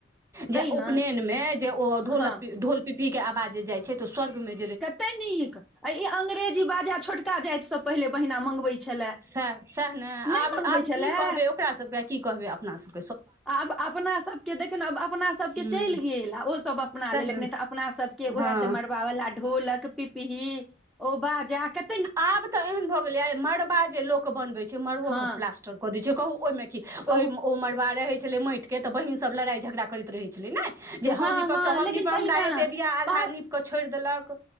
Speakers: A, in the centre; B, on the right.
A: तै
B: जे उपनयन
A: ने
B: मे जे ओ ढ़ोलक
A: हँ
B: पी ढ़ोल पिपही के आवाज जे जाइ छै तऽ स्वर्ग मे
A: कते नीक आ ई अंग्रेजी बाजा छोटका जाति सब पहिले बहिना मंगबै छलए
B: सैह सैह नऽ
A: नहि
B: आब
A: मंगबै
B: आब
A: छलए
B: की कहबै ओकरा सब कऽ आ की कहबै अपनासभ
A: आब अपना सबके देखे ने आब अपना सबके
B: हूँ
A: चलि गेल आ ओसभ अपना
B: सएह
A: लेलक
B: ने
A: नहि तऽ अपना सब केँ ओहे
B: हँ
A: चमरबा वालला ढोलक पिपही ओ बाजा केत
B: आब तऽ एहन भऽ गेलै मड़बा जे लोक बनबे छै मड़बो
A: हँ
B: कऽ प्लास्टर कऽ दै छै कहू ओहिमे की ओहि
A: कहू
B: ओ मड़बा रहै छलै माटिके तऽ बहिनसभ लड़ाइ झगड़ा करैत रहै छलै नै जे
A: हँ
B: हम नीपब
A: हँ
B: तऽ हम
A: लेकिन
B: नीपब
A: बहिना
B: हमरा एते दआ आधा
A: पा
B: नीप कऽ छोड़ि देलक